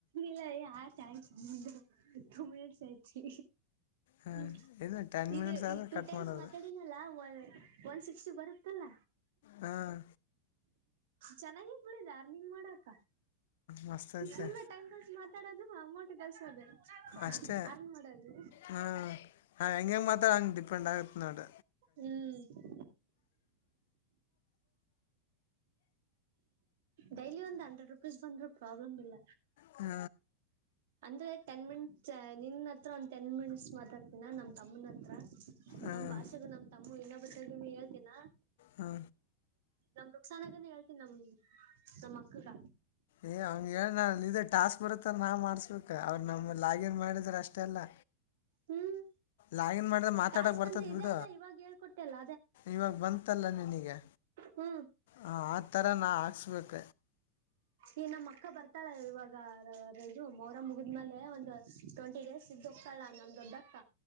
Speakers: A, on the right; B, on the left.
A: ಇಲ್ಲ ಆತ ಆಯ್ತ ಮು ತಂಬಟ್ಸ್ ಆಯತಿ.
B: ಹಾಂ
A: ಹ್ಮ್
B: ಇದು ಟೆನ್
A: ಇದು
B: ಮಿನಿಟ್ಸ್ ಆದರೆ
A: ಈ ಟೂ
B: ಕಟ್
A: ಟೈಮ್ಸ್
B: ಮಾಡೋದು
A: ಮಾತಾಡಿ ನ. ಒನ್ ಸಿಕ್ಸ್ಟಿ ಬರುತ್ತಲ್ಲ.
B: ಹಾಂ
A: ಚೆನ್ನಾಗತ್ ಬಿಡಿದ ಅರ್ನಿಂಗ್ ಮಾಡಾಕ.
B: ಮಸ್ತ್ ಐತೆ
A: ಸುಮ್ಮನೆ ಟೈಮ್ ಪಾಸ್ ಮಾತಾಡೋದು ಅಮ್ಮೌಂಟ್ ಕೆಲ್ಸದೆ
B: ಅಷ್ಟೇ
A: ಅರ್ನ್ ಮಾಡೋದು.
B: ಹಾಂ ಹಾಂ ಹೆಂಂಗಗೆ ಮಾತ್ರಾ ಹಂಗ ಪೆಂಡ್ ಆಗತ್ ನೋಡ್.
A: ಹ್ಮ್. ಡೈಲಿ ಒಂದು ಹಂಡ್ರೆಡ್ ರುಪೀಸ್ ಬಂದ್ರು ಪ್ರಾಬ್ಲಮ್ ಇಲ್ಲ
B: ಹ್ಮ.
A: ಅಂದ್ರೆ ಟೆನ್ ಮಿನಿಟ್ಸ್ ನಿನ್ ಹತ್ರ ಒಂದ ಟೆನ್ ಮಿನಿಟ್ಸ್ ಮಾತಾಡ್ತಿನ ನಮ್ ತಮ್ಮನ ಹತ್ರ.
B: ಹಾಂ
A: ನಮ್ ಭಾಷೆಗೂ ನಮ್ ತಮ್ಮ ಇನ್ನೊಬ್ಬ ಹೇಳ್ತೀಿನ.
B: ಹಾ
A: ನಮ ವೃಕ್ಷಸಾನಾಗಾನ ಹೇಳ್ತೀನಿ ನಮ್ ನಮ್ ಅಕ್ಕಗ
B: ಏ ಅವ್ ಹೇಳ ಇ ಟಾಸ್ಕ್ ಬರುತ್ತ ನಾ್ ಮಾಡ್ಸ್ಬೇಕು ಅವ್ರು ನಮ ಲಾಗಿನ್ ಮಾಡಿದ್ರೆ ಅಷ್ಟ ತಲ್ಲ
A: ಹ್ಮ್
B: ಲಾಗಿನ್ ಮಾಡಿದ ಮಾತಾಡಕ್
A: ಟಾಸ್ಕ್
B: ಬರ್ತದ
A: ಅಂದ್ರೆ ಇದೇ
B: ಬಿಡ
A: ಅಲ್ಲ ಇವಾಗ ಹೇಳ್ಕೊಟ್ಟೆಲ್ಲ
B: ಇವಾಗ ಬಂತ ಗತ್ತಲ್ಲ ನಿನಗೆ
A: ಹ್ಮ
B: ಹ ಆತರ ನಾ ಹಾಕ್ಸ್ಬೇಕ
A: ಈ ನಮ್ಮ್ ಅಕ್ಕ ಬರ್ತಾಳೆ ಇವಾಗ ಇದು ಮೊರ ಮುಗಿದ್ಮೇಲೆ ಒಂದು ಟ್ವೆಂಟಿ ಡೇಸ್ ಇದ್ದಕ್ಕಲ್ಲ ನಮ ದೊಡ್ಡಕ್ಕ